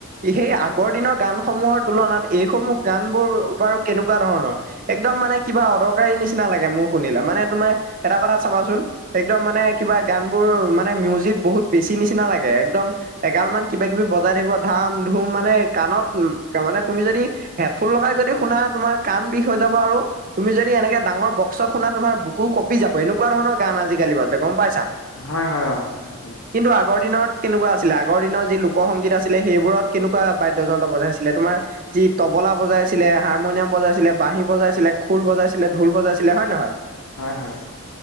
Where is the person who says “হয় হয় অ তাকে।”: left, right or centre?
Left